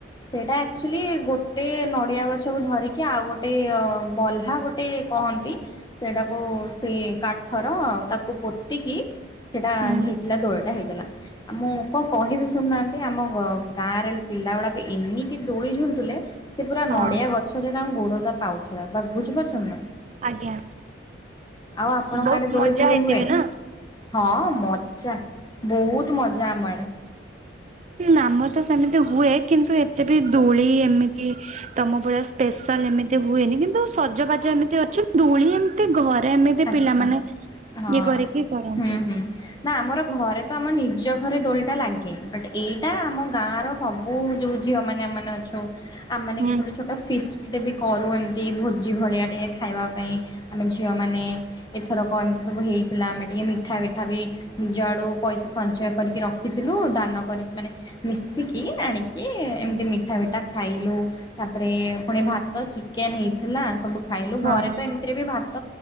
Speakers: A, on the left; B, on the right.
A: ସେଇଟା ଆକ୍ ଚୁଲି ଗୋଟେ ନଡ଼ିଆ ଗଛ୍ ଛ କୁ ଧରିକି ଆଉ ଗୋଟେ ଅ ବଲ୍ଲା ଗୋଟେ କହନ୍ତ୍ ନ୍ତି ସେଟାକୁ ସେଇ କାଠର ତାକୁ ପୋତିକି। ସେଟା
B: ହୁଁ।
A: ହେଇଥିଲା ଦୋଳଟା ହେଇଥିଲା। ଆ ମୁଁ କଁ କହିବି ଶୁଣୁନାହାନ୍ତି, ଆମ ଘ ଗାଁରେ ପିଲା ଗୁଡାକ ଏମିତି ଦୋଳି ଝୁଲୁଥିଲେ। ସେ ପୁରା
B: ହଁ
A: ନଡିଆ ଗଛଜାଏ ତାଙ୍କ୍ ଗୋଡଟା ପାଉଥିଲା ବା ବୁଝିପାରୁଚନ୍ତିି ନା?
B: ଆଜ୍ଞା।
A: ଆଉ ଆପଣଙ୍କ
B: ବହୁତ
A: ଆଡେ ଦୋଳି
B: ମଜା
A: ଫୋଳି
B: ହେଇଥିବେ
A: ହୁଏ?
B: ନା?
A: ହଁ ମଜା ବୋହୁତ୍ ମଜା ଆମ ଆଡେ।
B: ଆମର ତ ସେମିତି ହୁଏ କିନ୍ତୁ ଏତେ ବି ଦୋଳି ଏମିତି ତମ ଭଳିଆ ସ୍ପେଶାଲ୍ ଏମିତି ହୁଏନି କିନ୍ତୁ ସଜବାଜ ଏମିତି ଅଛି ଦୂଳିଏ ତି ଘରେ ଏମିତି
A: ଆଚ୍ଛା।
B: ପିଲାମାନେ ଇଏ
A: ହଁ
B: କରିକି କରନ୍ତି।
A: ହୁଁ ହୁଁ। ନା ଆମର ଘରେ ତ ଆମ ନିଜ ଘରେ ଦୋଳିଟା ଲାଗେ ବଟ୍ ଏଇଟା ଆମ ଗାଁର ସବୁ ଯୋଉ ଝିଅ ମାନେ ଆମାନେ ଅଛୁ ଆମମାନେ
B: ହୁଁ।
A: କିଛୁ ଗୋ ଛୋଟ ଫିଷ୍ଟ୍ ଟେ ବି କରୁ ଏନ୍ତି ଭୋଜି ଭଳିଆ ଟିଏ ଖାଇବା ପାଇଁ ଆମେ ଝିଅମାନେ। ଏଥରକ ଏମିତି ସବୁ ହେଇଥିଲା ଆମେ ଟିକେ ମିଠା ବିଠା ବି ନିଜ ଆଡୁ ପଇସା ସଞ୍ଚୟ କରିକି ରଖିଥିଲୁ ଦାନ କରିକି ମାନେ ମିଶିକି ଆଣିକି ଏମ୍ ତି ମିଠା ବିଠା ଖାଇଲୁ। ତାପରେ ପୁଣି ଭାତ ଚିକେନ୍ ହେଇଥିଲା ସବୁ ଖାଇଲୁ
B: ହଁ।
A: ଘରେ ତ ଏମିତିରେ ବି ଭାତ